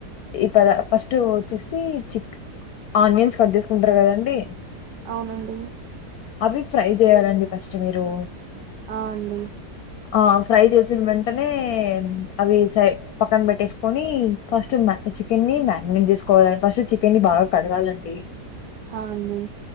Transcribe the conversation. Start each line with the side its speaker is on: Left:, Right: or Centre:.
Left: ఈ పద ఫస్ట్ వచ్చేసి చిక్ ఆనియన్స్ కట్ చేసుకుంటారకాదండి
Right: అవునండి
Left: అవి ఫ్రై చేయాలండి ఫస్ట్ మీరు
Right: అ అండి
Left: ఆ ఫ్రై చేేసిన వెంటనే అవి సై పక్కన పెట్టేసుకొని ఫస్ట్ మ చికెన్ని ని మాగ్నెట్ చేసుకోవాల ఫస్ట్ చికెన్ని బాగా కడగాలండి
Right: హ అండి